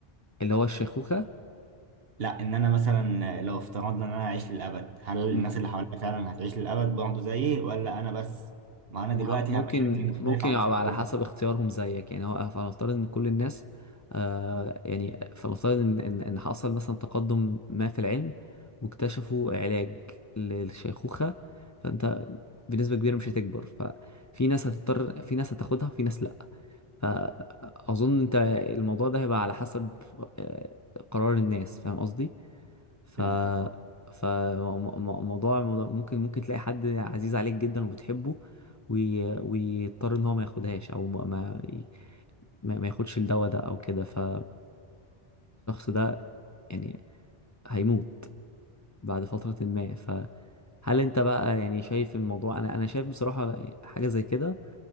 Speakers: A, on the left; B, on the right.
A: اللي هو الشيخوخة
B: لا ان انا مثلا لو افترضنا ان انا اعيش للابد هل
A: مم.
B: الناس اللي حواليا فعلا هتعيش للابد برضه زيي ولا انا بس ما انا
A: ما-
B: دلوقتي
A: ممكن
B: هبقى شكلي مختلف
A: ممكن
B: عن
A: يبقى
B: شكلهم
A: على حسب اختيارهم زيك يعني هو فنفترض ان كل الناس آه يعني فنفترض ان ان إن حصل مثلا تقدم ما في العلم واكتشفوا علاج للشيخوخة فانت بنسبة كبيرة مش هتكبر ففي ناس هتضطر في ناس هتاخدها وفي ناس لا فأظن أنت الموضوع ده هيبقى على حسب آه، قرار الناس فاهم قصدي؟ ف
B: فهمتك اه
A: فموضوع ممكن ممكن تلاقي حد عزيز عليك جدا وبتحبه وي... ويضطر ان هو ما ياخدهاش او ما ما ما ما ياخدش الدواء ده او كده فالشخص ده يعني هيموت بعد فترة ما فهل انت بقى يعني شايف الموضوع انا انا شايف بصراحة حاجة زي كده